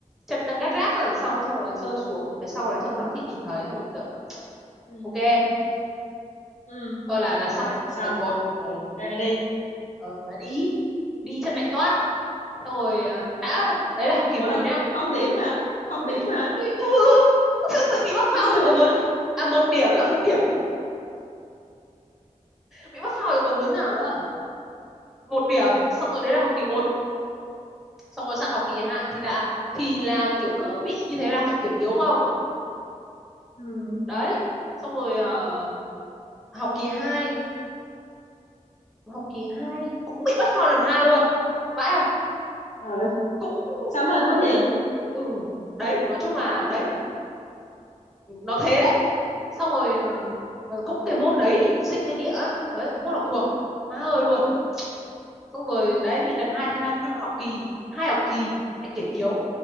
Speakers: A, in the centre; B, on the left.
A: chân đang gắt gác ra đằng sau xong rồi rơi xuống phía sau đấy
B: ừ,
A: xong rồi giám thị nhìn thấy xong rồi kiểu
B: ừ,
A: ok
B: ừ.
A: thôi là là xong
B: Rồi,
A: lần,
B: xong.
A: lần một là lần một
B: Ra đi.
A: ờ, là đi đi chân lạnh toát xong rồi à, đã đấy là học kỳ
B: Ủa
A: một
B: là
A: nhá
B: không điểm hả? Không điểm hả?
A: Ừ, Tự- tự bị mắc
B: Ôi
A: phao
B: giời
A: rồi còn
B: ơi.
A: muốn à một điểm mà không điểm bị mắc phao rồi còn muốn nào nữa một điểm
B: Ừ,
A: xong rồi đấy là học kỳ một, xong rồi sang học kỳ 2 thì là thì là kiểu cứ bị như thế là hạnh kiểm yếu không
B: ừ.
A: đấy xong rồi ờ, học kỳ 2, học kỳ 2 cũng bị bắt phao lần hai luôn vãi không
B: Rồi,
A: cũng
B: sao hên quá vậy?
A: ừ đấy nói chung là đấy nó thế đấy xong rồi ờ, cũng cái môn đấy sinh hay địa ấy, đấy cũng môn học thuộc má ơi luôn xong rồi đấy bị lần hai thế là nguyên một học kỳ hai học kỳ hạnh kiểm yếu